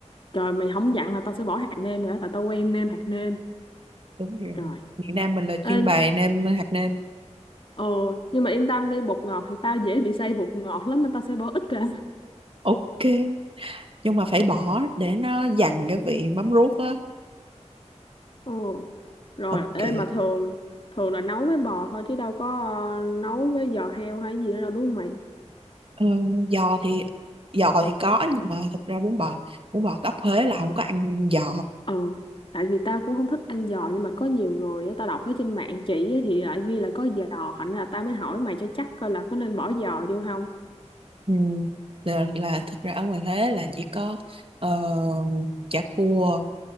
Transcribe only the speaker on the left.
trời mày không dặn là tao sẽ bỏ hạt nêm rồi đó tại tao quen nêm hạt nêm
trời
ê
ồ nhưng mà yên tâm đi bột ngọt thì tao dễ bị say bột ngọt lắm nên tao sẽ bỏ ít ra
ồ rồi
ê mà thường thường là nấu với bò thôi chứ đâu có ờ, nấu với giò heo hay gì nữa đâu đúng không mày
ừ tại vì tao cũng không thích ăn giò nhưng mà có nhiều người á, tao đọc ở trên mạng chỉ á, thì lại ghi là có giò thành ra là tao mới hỏi mày cho chắc coi là có nên bỏ giò vô không